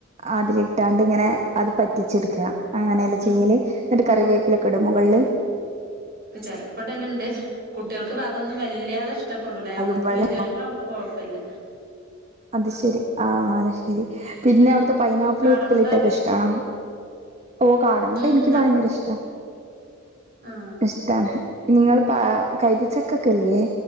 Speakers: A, on the right (about 35°); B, on the right (about 50°).
A: അതിലിട്ടാണ്ട് ഇങ്ങനെ അത് പറ്റിച്ചെടുക്കുക അങ്ങനെയലെ
B: ഉം
A: ചെയ്യല് എന്നിട്ട് കറിവേപ്പില. ടുമുകളിൽ.
B: ചെലപ്പം ഇടൽ ഇണ്ട് കുട്ടികൾക്ക് അതൊന്നും വല്യാതെ ഇഷ്ടപ്പെടൂല നമ്മക്ക്
A: ആകുമ്പള്
B: വല്യൊരുക്ക് ആവുമ്പോ കുഴപ്പമില്ല.
A: അത് ശെരി ആ അത് ശെരി പിന്നെ
B: ഉം
A: അവിടുത്തെ പൈനാപ്പിള്
B: കാടമുട്ട
A: ഉപ്പിലിട്ടൊക്കെ
B: നല്ല ഇഷ്ട
A: ഇഷ്ടണോ? ഓ കാടമുട്ട
B: ഉം
A: എനിക്ക് ഭയങ്കര ഇഷ്ട.
B: ആ
A: ഇഷ്ടാണ് നിങ്ങൾ പ കൈത ചക്ക ഒക്കല്ലേ?